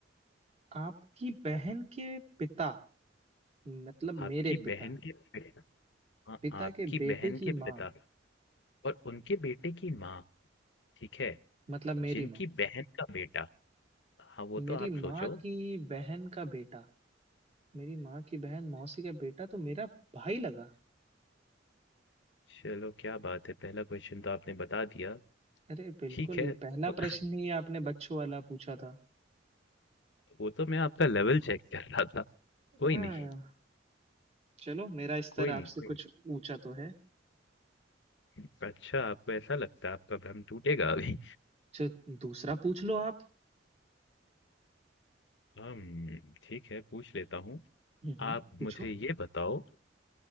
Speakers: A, on the right (about 35°); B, on the left (about 65°).
A: आपकी बहन के पिता मतलब
B: आपकी
A: मेरे पिता
B: बहन के पिता हाँ,
A: पिता
B: आपकी
A: के बेटे
B: बहन
A: की
B: के
A: माँ
B: पिता और उनके बेटे की माँ, ठीक है?
A: मतलब मेरी
B: जिनकी
A: माँ
B: बहन का बेटा, हाँ वो
A: मेरी
B: तो आप
A: माँ
B: सोचो।
A: की बहन का बेटा मेरी माँ की बहन मौसी का बेटा तो मेरा भाई लगा
B: चलो क्या बात है पहला क्वेश्चन तो आपने बता दिया
A: अरे बिल्कुल
B: ठीक है
A: ये पहला
B: तो
A: प्रश्न ही आपने बच्चों वाला पूछा था
B: <laughs> वो तो मैं आपका लेवल चेक कर रहा था कोई
A: हाँ
B: नहीं
A: चलो मेरा स्तर
B: कोई नहीं
A: आपसे
B: कोई
A: कुछ ऊंचा तो है
B: नहीं अच्छा आपको ऐसा लगता है आपका भ्रम टूटेगा अभी
A: चलो दूसरा पूछ लो आप
B: हम ठीक है पूछ लेता हूँ
A: हुँ, हुँ,
B: आप
A: पूछो।
B: मुझे ये बताओ